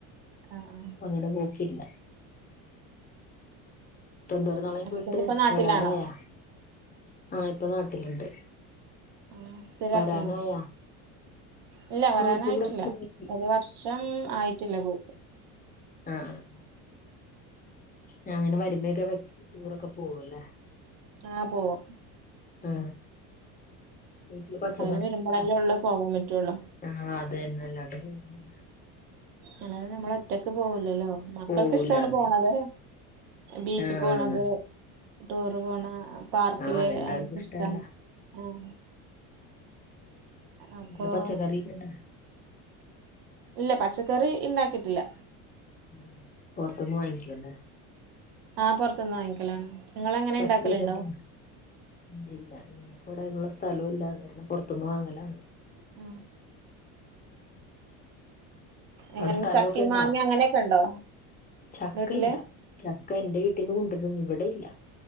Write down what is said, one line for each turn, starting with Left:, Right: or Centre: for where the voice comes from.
Right: ആ ആ
Left: അങ്ങനെ പോക്കില്ല ഇപ്പ എന്തോര നാളായി
Right: ഹസ്ബൻഡ്
Left: പോയിട്ട്
Right: ഇപ്പൊ നാട്ടിലാണോ
Left: വരാറായോ ആ ഇപ്പൊ നാട്ടിലുണ്ട്
Right: ഉം സ്ഥിരാക്കിയോ
Left: വരാനായാ?
Right: ഇല്ല വരാനായിട്ടില്ല
Left: ആഹ് ഇപ്പൊ ഇവിടെ സ്ഥിരാക്കി.
Right: ഒരു വർഷം ആയിട്ടില്ല പോയിട്ട്
Left: ആ ആ ആ ഞ അങ്ങനെ വരുമ്പേക്കെ ടൂറൊക്കെ പോവല്ലേ
Right: ആഹ് പോവും
Left: ആ വീട്ടില് പച്ചക്കറി
Right: അവര് വരുമ്പോഴല്ലേ
Left: ഒക്കെണ്ടോ
Right: ഉള്ളു പോകാൻ പറ്റുള്ളൂ
Left: ആ അതെന്നെ അല്ലാണ്ടെ പോവൂല്ലല്ലോ
Right: അല്ലാതെ നമ്മള ഒറ്റക്ക് പോവൂലല്ലോ മക്കൾക്ക്ഷ്ടണ്
Left: പോവൂല അത്
Right: പോണത് ബീച്ചിൽ
Left: ആഹ്
Right: പോണത് ടൂറ് പോണ പാർക്കില്
Left: ആഹ് അതെല്ലാവർക്കും
Right: അങ്ങനൊക്കെ
Left: ഇഷ്ടല്ല.
Right: ഇഷ്ടാണ് ആ അപ്പൊ
Left: ഇല്ല പച്ചക്കറിക്കൊണ്ട
Right: ല്ല പച്ചക്കറി ഇണ്ടാക്കിയിട്ടില്ല
Left: ഉം പൊറത്തുന്ന് വാങ്ങിക്കാല്ലേ
Right: ആ പുറത്തൊന്ന് വാങ്ങിക്കലാണ് നിങ്ങൾ എങ്ങനെ
Left: ചക്കക്കണ്ടല്ലവ്ടെ
Right: ഉണ്ടാക്കലുണ്ടോ
Left: അയ്നുള്ള സ്ഥലവുംല്ല അെ പുൊറത്തൊന്ന്ും വാങ്ങലാണ്
Right: ആ ഇങ്ങനെ
Left: അവിടെ സ്ഥലമൊക്കെ
Right: ചക്കിം
Left: ഇണ്ടാ
Right: മാങ്ങ അങ്ങനെയൊക്കെ ഉണ്ടോ
Left: ചക്ക
Right: വീട്ടില്
Left: ഇല്ല ചക്ക എൻവീട്ടിൽന്ന് കൊണ്ടുവരുന്നു ഇവിടെ ല്ല